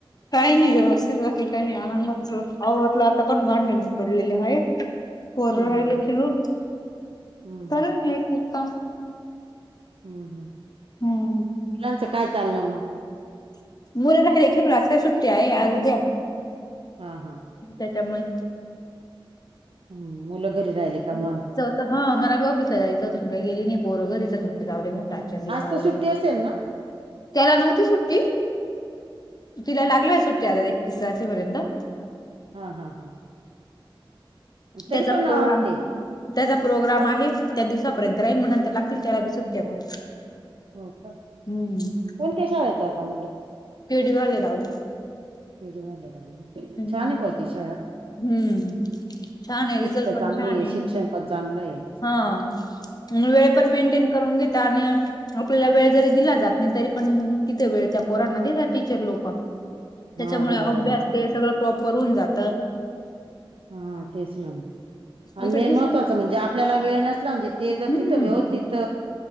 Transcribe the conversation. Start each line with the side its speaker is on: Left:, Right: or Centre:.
Left: काही नाही व्यवस्थित बाकी नाही आनंदाच आवडला आता पण भांडे तेन पडलेले आहेत. पोरं
Right: हा हा
Left: राहिला खेळून
Right: हम्म
Left: चालेल
Right: हम्म
Left: मी एक एक काम
Right: हम्म हम्म
Left: हम्म
Right: तुमचं काय चाललं मग
Left: मुलं राहिले खेळून आज काय सुट्टी आहे आज उद्या
Right: हा हा
Left: त्याच्यामुळे
Right: हम्म मुलं घरी राहिले का मग?
Left: हां मला पण ऑफीसला जायचं होत पण गेली नाही पोरं घरीच मग जाऊदे मग. आजच्या दिवस
Right: आज तर
Left: उद्या
Right: सुट्टी असेल ना?
Left: त्याला नव्हती सुट्टी त्याला तिला लागलंय सुट्टी आता एकतीस तारखेपर्यंत..
Right: हा हा. तरी
Left: त्याचा
Right: पण
Left: प्रोग्राम.
Right: असते
Left: त्याचा प्रोग्राम आहे, त्या दिवसापर्यंत राईन मग नंतर लागतील त्याला बी सुट्या मग.
Right: हो का,
Left: हम्म
Right: कोणत्या शाळेत जाता मुलं?
Left: पेटवडगावला. <unintelligible>
Right: पेटवडगाव ला छान
Left: हम्म
Right: आहे खरं ती शाळा. <unintelligible>
Left: हम्म छान आहे
Right: शिस्त
Left: रिझल्ट पण
Right: चांगली
Left: छान आहे.
Right: शिक्षण पण चांगलं आहे.
Left: हा आणि वेळ पण मेंटेन करून घेेत आणि आपल्याला वेळ जरी दिला जात नाही, तरी पण तिथे वेळ त्या पोरांना देतात टीचर लोक त्याच्यामुळे
Right: हा बरोबर
Left: अभ्यास
Right: आहे
Left: ते सगळं प्रॉपर होऊन जात.
Right: हा तेच ना, आणि
Left: इकड
Right: मेन
Left: दुसरी
Right: महत्त्वाचं म्हणजे आपल्याला वेळ नसला म्हणजे ते जर
Left: हम्म
Right: तिथं व्यवस्थित